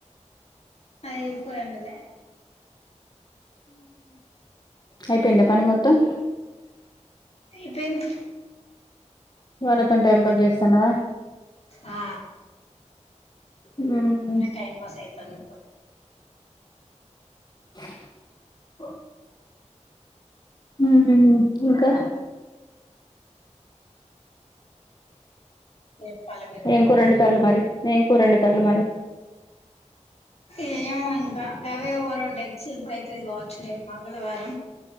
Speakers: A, on the left; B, on the left.
A: మీరేం కూర అండలే
B: అయిపోయింద పని మొత్తం.
A: అయిపోయింది.
B: వాళ్ళతోన్ టైం పాస్ చేస్తాన్నవా
A: ఆ
B: మ్ మ్
A: టైం పాస్ అయితుంది
B: <unintelligible> మ్ ఇంకా
A: చేత్తాన్లు మీరిగా
B: ఏం కూర వండుతాళ్ళు మరి ఏం కూరండుతాన్లు మరి
A: ఏమో ఇంకా అవే ఓ రెండు <unintelligible> కావచ్చు రేప్ మా మంగళవారం